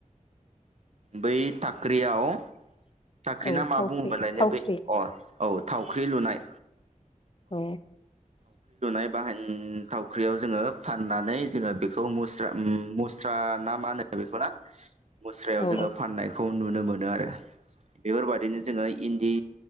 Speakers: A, on the right; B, on the left.
A: बै टाक्रियाव टाख्रि
B: औ
A: ना मा
B: थावख्रि
A: बुङोमोनलाय ने
B: थावख्रि
A: बै अ औ थावख्रि लुनाय।
B: औ।
A: बाहायन थावख्रियाव जोङो फाननानै जोङो बेखौ मुस्रा मुस्रा ना मा होनो बेखौ ना? मुस्रायाव
B: औ
A: जोङो फाननायखौ नुनो मोनो आरो बेफोरबादिनो जोङो इन्द दि